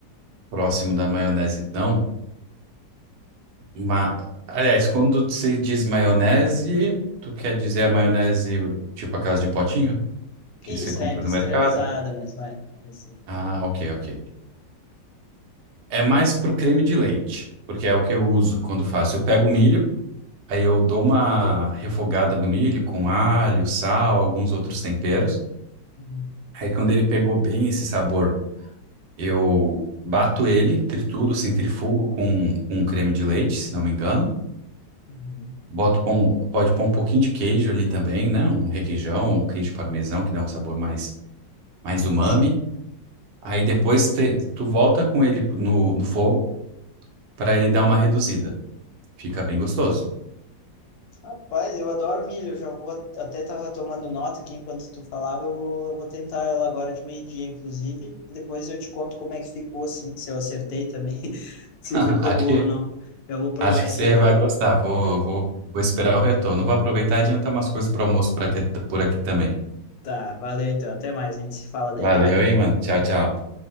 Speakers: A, on the right (about 70°); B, on the left (about 70°).
A: próximo da maionese, não. Ma... Aliás, quando se diz maionese, tu quer dizer a maionese tipo aquelas de potinho que
B: Isso,
A: você compra
B: é industrializada
A: no mercado?
B: mesmo, é. Pensei.
A: Ah, ok, ok. É mais pro creme de leite, porque é o que eu uso quando faço. Eu pego o milho, aí eu dou uma refogada no milho com alho, sal, alguns outros temperos.
B: Uhum,
A: Aí quando ele pegou bem esse sabor, eu bato ele, trituro, centrifugo com, com creme de leite, se não me engano.
B: uhum.
A: Boto, pão- pode pôr um pouquinho de queijo ali também, né? Um requeijão, um queijo parmesão que dá um sabor mais, mais
B: Nossa.
A: umami. Aí depois te- tu volta com ele no, no fogo para ele dar uma reduzida. Fica bem gostoso.
B: Rapaz, eu adoro milho. Já vou até tava tomando nota aqui enquanto tu falava. Eu vou, vou tentar ela agora de meio-dia, inclusive. Depois eu te conto como é que ficou assim, se eu acertei também, <laughs> se
A: <laughs>
B: ficou
A: Acho
B: boa
A: que,
B: ou não. Eu vou provar
A: acho que
B: isso
A: você
B: aí.
A: vai gostar. Vou, vou, vou esperar o retorno. Vou aproveitar e adiantar umas coisas para almoço por aqui, por aqui também.
B: Tá, valeu então. Até mais, a gente se fala daí,
A: Valeu,
B: tá?
A: hein, mano. Tchau, tchau.